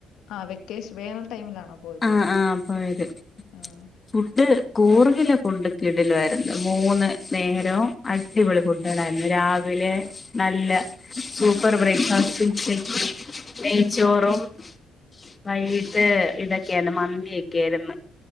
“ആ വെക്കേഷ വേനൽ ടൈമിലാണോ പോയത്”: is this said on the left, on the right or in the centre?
Left